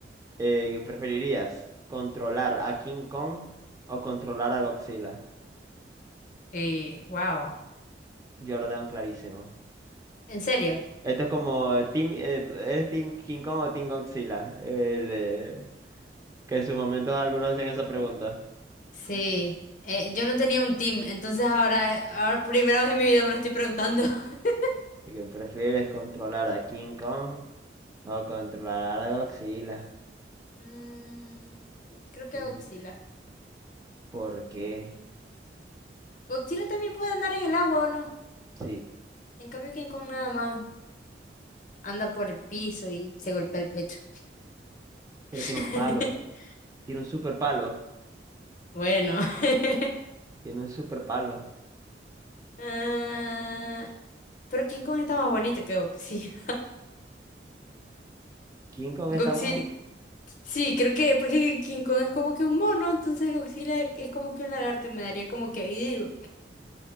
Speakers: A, on the right; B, on the left.
A: Eh, ¿preferirías controlar a King Kong o controlar a Godzilla?
B: Y, wow.
A: Yo lo tengo clarísimo.
B: ¿En serio?
A: Esto es como, eh, team, eh, ¿eres Team King Kong o Team Godzilla? El, eh, que en sus momentos algunos hacían esa pregunta.
B: Sí. Eh, yo no tenía un team, entonces ahora, ahora primera vez en mi vida me lo estoy preguntando. <laughs>
A: ¿Y que prefieres controlar a King Kong o controlar a Godzilla?
B: Mm, creo que
A: Mm,
B: Godzilla.
A: ¿Por qué?
B: Godzilla también puede andar en el agua, ¿o no?
A: Sí,
B: En cambio, King Kong nada más. anda por el piso y se golpea el pecho.
A: pero
B: <laughs>
A: tiene un palo. Tiene un super palo.
B: Bueno. <laughs>
A: Tiene un super palo.
B: Ah, pero King Kong está más bonito que Godzilla.
A: King Kong
B: Godzilla.
A: está más...
B: Sí, creo que porque King Kong es como que un mono, entonces Godzilla es, es como que un lagarto y me daría como que... "Ew".